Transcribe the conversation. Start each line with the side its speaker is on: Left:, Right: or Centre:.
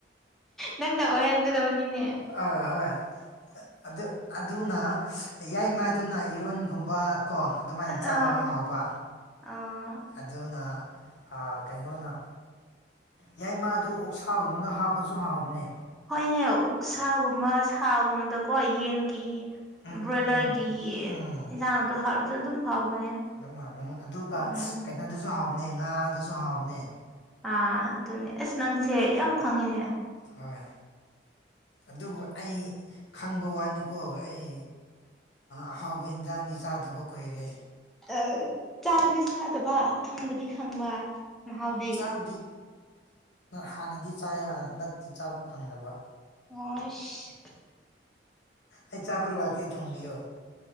Centre: ꯅꯪꯅ ꯑꯣꯏꯍꯟꯒꯗꯕꯅꯤꯅꯦ
Left: ꯑꯣꯏ ꯍꯣꯏ ꯑꯗꯨ ꯑꯗꯨꯅ ꯌꯥꯏ ꯃꯥꯏꯗꯨꯅ ꯏꯔꯣꯟꯒꯨꯝꯕ ꯀꯣ ꯑꯗꯨꯃꯥꯏꯅ
Centre: ꯑꯥ
Left: ꯆꯥꯕ ꯑꯃꯨꯛ ꯍꯥꯎꯕ
Centre: ꯑꯥ
Left: ꯑꯗꯨꯅ ꯀꯩꯅꯣꯅ ꯌꯥꯏ ꯃꯥ ꯑꯗꯨ ꯑꯣꯛꯁꯥꯒꯨꯝꯕꯅ ꯍꯥꯞꯄꯁꯨ ꯍꯥꯞꯕꯅꯦ
Centre: ꯍꯣꯏꯅꯦ ꯎꯛꯁꯥꯒꯨꯝꯕ ꯁꯥꯒꯨꯝꯕꯗꯀꯣ ꯌꯦꯟꯒꯤ
Left: ꯎꯝ
Centre: ꯕ꯭ꯔꯣꯏꯂꯔꯒꯤ
Left: ꯎꯝ ꯎꯝ
Centre: ꯏꯟꯁꯥꯡꯗꯣ ꯍꯥꯥꯎꯔꯁꯨ ꯑꯗꯨꯝ ꯍꯥꯎꯕꯅꯦ
Left: ꯑꯗꯨꯝꯅꯤ ꯑꯗꯨꯒ
Centre: ꯎꯝ
Left: ꯀꯩꯅꯣꯗꯨꯁꯨ ꯍꯥꯎꯕꯅꯦ ꯉꯥꯗꯨꯁꯨ ꯍꯥꯎꯕꯅꯦ
Centre: ꯑꯥ ꯑꯗꯨꯅꯦ ꯑꯁ ꯅꯪꯁꯦ ꯌꯥꯝ ꯈꯪꯉꯤꯅꯦ
Left: ꯍꯣꯏ ꯑꯗꯨꯕꯨ ꯑꯩ ꯈꯪꯕ ꯋꯥꯅꯤꯀꯣ ꯑꯩ ꯑꯍꯥꯎꯕ ꯍꯤꯟꯖꯥꯡꯅꯤ ꯆꯥꯗꯕ ꯀꯨꯏꯔꯦ
Centre: ꯑ ꯆꯥꯗꯤ ꯆꯥꯗꯕ ꯈꯪꯕꯅꯤ ꯈꯪꯕ ꯃꯍꯥꯎꯗꯤ
Left: ꯆꯥꯕꯨꯗꯤ ꯍꯥꯟꯅꯗꯤ ꯆꯥ ꯍꯟꯗꯛꯇꯤ ꯆꯥꯕ ꯐꯪꯗꯕ
Centre: ꯑꯣꯁ
Left: ꯑꯩ ꯆꯥꯕ ꯂꯥꯛꯀꯦ ꯊꯣꯡꯕꯤꯌꯣ